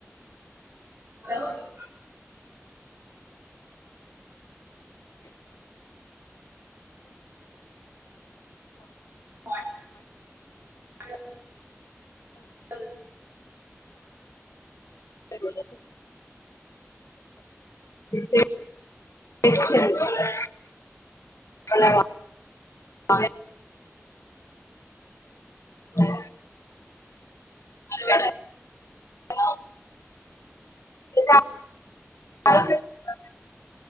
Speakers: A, on the right (about 50°); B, on the left (about 85°).
A: హలో అండి వా హలో ఆ లేదు
B: <unintelligible> <unintelligible> అన్నయ్య మళ్ళీ <inaudible> అర్థం కాలే హలో <unintelligible>